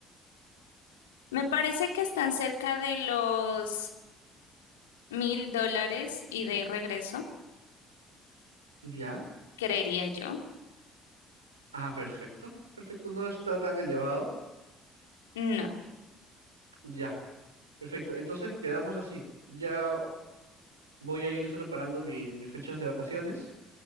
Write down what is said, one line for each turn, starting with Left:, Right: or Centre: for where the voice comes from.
Left: Me parece que están cerca de los mil dólares ida y regreso,
Right: ¿Ya?
Left: creería yo.
Right: Ah, perfecto. Perfecto, no está tan elevado.
Left: No.
Right: Ya. Perfecto. Entonces quedamos así. Ya voy a ir separando mi- mis fechas de vacaciones,